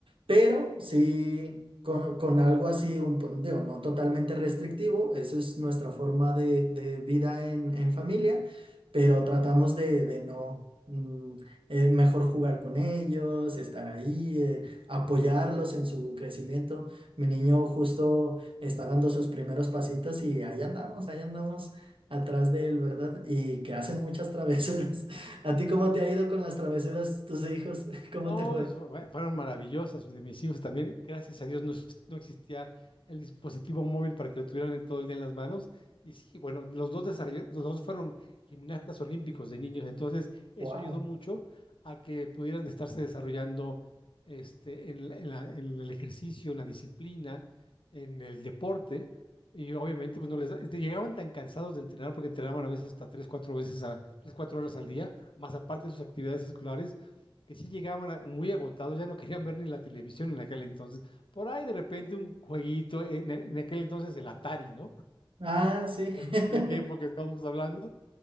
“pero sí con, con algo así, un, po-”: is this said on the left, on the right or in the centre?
Right